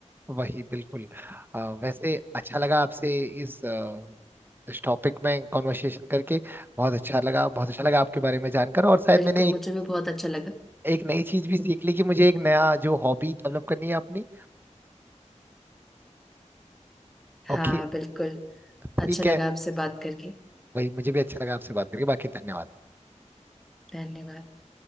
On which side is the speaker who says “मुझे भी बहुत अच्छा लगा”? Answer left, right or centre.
Centre